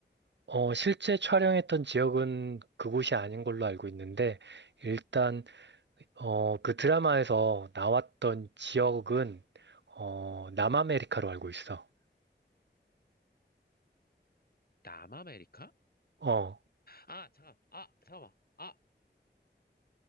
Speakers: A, on the right; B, on the left.
A: 어, 실제 촬영했던 지역은 그곳이 아닌 걸로 알고 있는데, 일단, 어, 그 드라마에서 나왔던 지역은, 어, 남아메리카로 알고 있어.
B: 남아메리카?
A: 어.
B: 아 잠깐. 아 잠깐만. 아